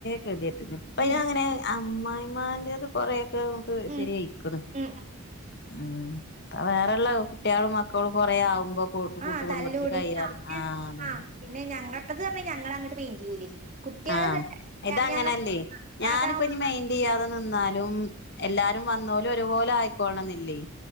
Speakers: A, on the left; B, on the right.
A: ഗതികെട്ടിന് ഇപ്പ അയിന്
B: ഏയ്
A: അങ്ങനെ അമ്മായിമ്മാന്റെത് കൊറെയൊക്കെ നമ്മക്ക്
B: ഉം
A: ശരി ആയിക്കണ്
B: ഉം
A: ഉം. അത് വേറെള്ള കുട്ട്യാളും മക്കളും കൊറേ ആവുമ്പോ കൂട്ട്
B: ആഹ്
A: കൂട്ടുകുടുംബത്തില്
B: തല്ലൂടി
A: കയ്യാറിയുമ്പം
B: ആ പിന്നെ
A: ആഹ് അതന്നെ.
B: പിന്നെ ഞങ്ങളത് പറഞ്ഞാ ഞങ്ങള് അങ്ങട്ട് മൈൻഡ് ചെയ്യൂലേ. കുട്ട്യാള്
A: ആം
B: തന്നെ
A: ഇതങ്ങനല്ലേ
B: ഞ- ഞങ്ങ
A: ഞാൻ
B: ആ, അതാവുമ്പോ
A: ഇപ്പം ഇനി മൈൻ ൻഡ് ചെയ്യാതെ നിന്നാലും എല്ലാരും വന്നോല് ഒരുപോലെ ആയി ക്കോളണന്നില്ലേ